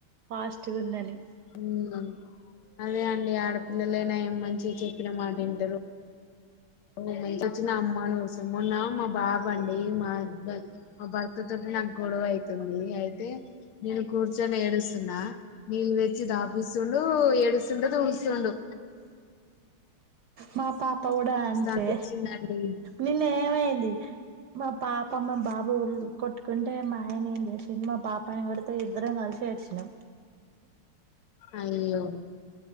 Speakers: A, on the right (about 70°); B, on the left (about 80°).
A: ఫాస్ట్ గుందాని
B: ఉమ్మ్ అదే అండి ఆడపిల్లలే నయం మంచిగా చెప్పిన మాట ఇంటారు ఓ మాంచోచ్చిన అమ్మను మొన్న బాబండి మా మా భర్త తోటి నాకు గొడవ అయితుంది అయితే నేను కూర్చొని ఏడుస్తున్నా నీళ్ళు తెచ్చి తాపిస్తుండు ఏడు స్తుంటే తుడుస్తుంది
A: మా పాప కూడా అంతే
B: అనిపించిందండి
A: నిన్నేమైంది మా పాప మా బాబు కొట్టుకుంటే మా ఆయన ఏం చేసిండు మా పాపని కొడితే ఇద్దరం కలిసి ఏడ్చినం
B: అయ్యో